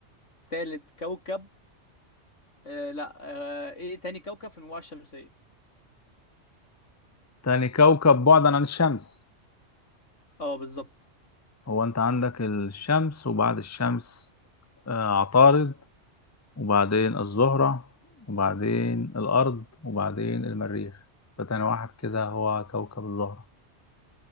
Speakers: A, on the left; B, on the left.
A: تالت كوكب آه لا آه ايه تاني كوكب في المجموعه الشمسيه
B: تاني كوكب بعدا عن الشمس
A: اه بالظبط
B: هو انت عندك الشمس وبعد الشمس آه، عطارد وبعدين الزهره وبعدين الارض وبعدين المريخ فتاني واحد كده هو كوكب الزهره